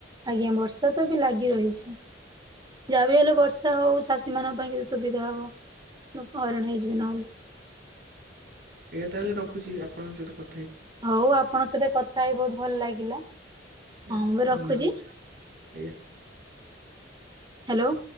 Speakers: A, on the right; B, on the right.
A: ଆଜ୍ଞା ବର୍ଷା ତ ଏବେ ଲାଗି ରହିଛି। ଯାହା ବି ହେଲେ ବର୍ଷା ହଉ ଚାଷୀ ମାନଙ୍କ ପାଇଁ କି ସୁବିଧା ହବ ଲୋକ ହଇରାଣ ହେଇଯିବେ ନହେଲେ।
B: ଆଜ୍ଞା ତାହେଲେ ରଖୁଛି ଆପଣଙ୍କ ସହିତ କ
A: ହଉ ଆପଣଙ୍କ ସହିତ କଥା ହେଇ ବହୁତ ଭଲ ଲାଗିଲା।
B: ଜ୍ଞା
A: ହଁ
B: ଧନ୍ୟବାଦ
A: ମୁଁ ବି ରଖୁଛି
B: ଆଜ୍ଞା।
A: ହ୍ୟାଲୋ।